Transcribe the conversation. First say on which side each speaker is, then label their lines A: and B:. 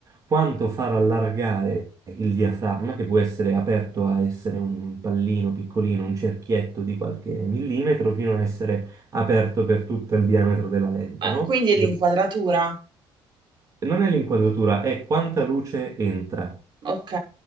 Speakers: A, on the right; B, on the right.
A: quanto far allargare il diaframma, che può essere aperto a essere un pallino piccolino, un cerchietto di qualche millimetro, fino a essere aperto per tutto il diametro della lente,
B: Ah,
A: no?
B: quindi è l'inquadratura.
A: Non è l'inquadratura, è quanta luce entra.
B: Ok,